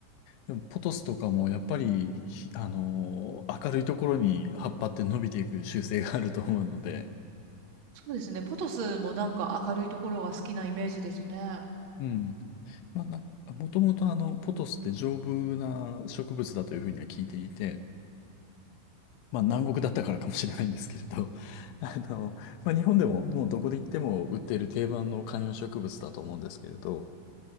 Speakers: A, on the left; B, on the right.
A: でもポトスとかもやっぱり、ひあのー明るいところに葉っぱって伸びていく習性があると思うので、
B: そうですね。ポトスもなんか明るいところが好きなイメージですね。あ
A: うんまあ、な、もともとあの、ポトスって丈夫な植物だというふうには聞いていて、まあ南国だったからかもしれないんですけれど、<laughs> あの、まあ日本でももうどこで行っても売っている定番の観葉植物だと思うんですけれど、